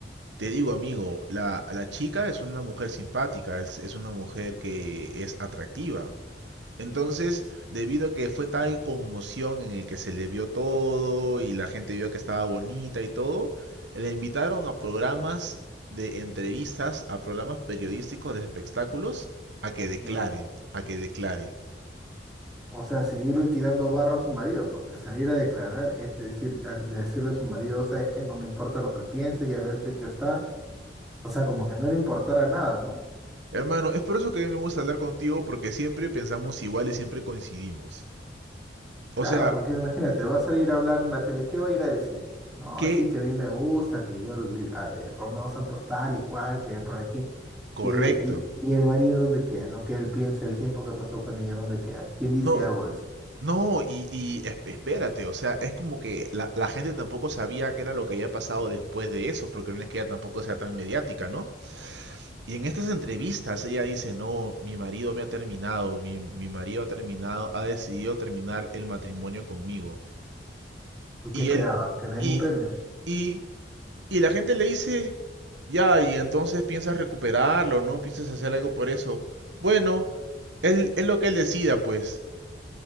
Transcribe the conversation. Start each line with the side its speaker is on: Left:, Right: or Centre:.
Right: te digo, amigo, la, la chica es una mujer simpática, es, es una mujer que es atractiva. Entonces, debido a que fue tal conmoción en el que se le vio todo y la gente vio que estaba bonita y todo, le invitaron a programas de entrevistas, a programas periodísticos de espectáculos, a que declare,
Centre: Ya.
Right: a que declare.
Centre: O sea, seguirle tirando barro a su marido, porque salir a declarar es decir, a- decirle a su marido, ¿sabes qué? No me importa lo que pienses, ya lo hecho, hecho está. O sea, como que no le importara nada, ¿no?
Right: Hermano, es por eso que a mí me gusta hablar contigo porque siempre pensamos igual y siempre coincidimos.
Centre: Claro,
Right: O sea,
Centre: porque imagínate, va a salir a hablar en la tele, ¿qué va a ir a decir? No,
Right: qué
Centre: sí, que a mí me gusta, que yo, le- a- eh, Romeo Santos tal y cual, que por aquí.
Right: correcto.
Centre: Y el, y, y el marido, ¿dónde queda? Lo que él piensa, el tiempo que pasó con ella, ¿dónde queda? ¿Quién dice
Right: No,
Centre: algo de eso?
Right: no, y, y es- espérate, o sea, es como que la, la gente tampoco sabía qué era lo que había pasado después de eso, porque no es que ella tampoco sea tan mediática, ¿no? Y en estas entrevistas ella dice, no, mi marido me ha terminado, mi, mi marido ha terminado, ha decidido terminar el matrimonio conmigo.
Centre: ¿Y qué
Right: Y
Centre: esperaba?
Right: él,
Centre: ¿Que le den
Right: y,
Centre: un premio?
Right: y, y la gente le dice, ya, y entonces piensas recuperarlo, ¿no? Piensas hacer algo por eso. Bueno, él, es lo que él decida, pues.